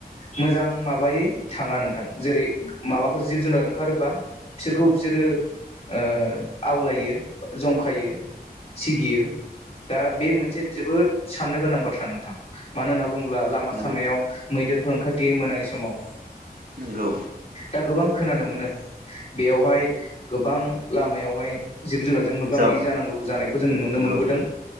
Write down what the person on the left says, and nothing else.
मोजां माबायै थाङा नोंथां जेरै माबाफोर जिब जुनार ओंखारोबा बिसोरखौ बिसोरो ओ आवलायो, जंखायो सिगियो। दा बे मोनसे जोबोद साननो गोनां बाथ्रा नोंथां मानो होनना बुङोब्ला लामा
सामायाव मैदेरफोर ओंखारथियो मोनानि समाव
दा गोबां खोनानो मोनो बेयावहाय गोबां लामायावहाय जिब जुनारजों मोगा
मोगि जानांगौ जानायखौ जों
नुनो मोनबोदों।